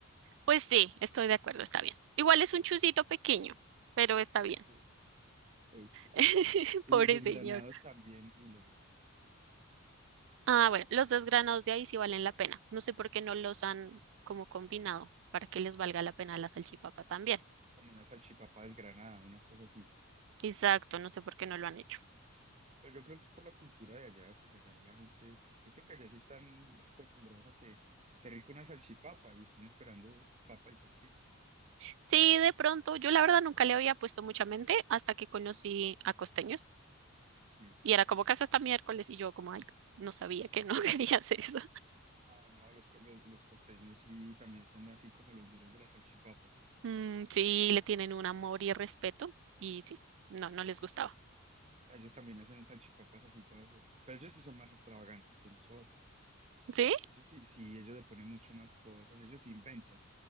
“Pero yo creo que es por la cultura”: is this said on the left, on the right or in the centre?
Right